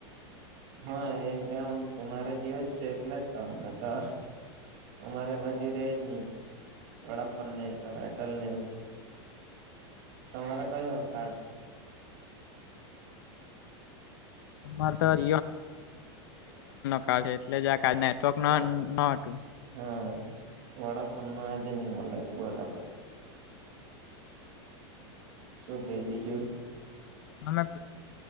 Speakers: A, on the right; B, on the left.
A: હા એ ડાઉન તો મારે જયો જ છે એટલે જ તો તો અમારે બાજુ ર જ નહી વડાફોન ને તો એરટેલ ને એવું તમામરે કહીહ કાડ
B: આ તો ન કળ છે એટલે ક નેટવર્ક
A: બરા
B: ન ન હતું
A: હા વડાફન માં આજે નહી મળે બરાબર શું કઈ બીજું
B: નામે તો